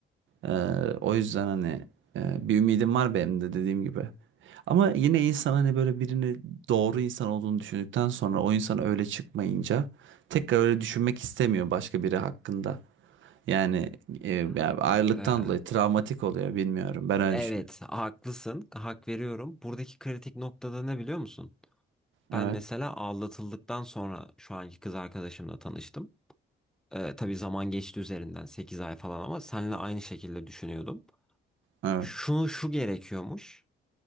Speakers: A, on the right; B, in the centre.
A: Ee, o yüzden hani e, bir ümidim var benim de dediğim gibi. Ama yine insan hani böyle birini doğru insan olduğunu düşündükten sonra o insan öyle çıkmayınca tekrar öyle düşünmek istemiyor başka biri hakkında. Yani e, ya
B: Ha-
A: ayrılıktan
B: eee,
A: dolayı travmatik oluyor bilmiyorum. Ben öyle
B: evet,
A: düşünüyorum.
B: haklısın. Hak veriyorum. Buradaki kritik noktada ne biliyor musun? Ben
A: Evet,
B: mesela aldatıldıktan sonra şu anki kız arkadaşımla tanıştım. Eee tabii zaman geçti üzerinden 8 ay falan ama seninle aynı şekilde düşünüyordum.
A: evet.
B: Şunu şu gerekiyormuş.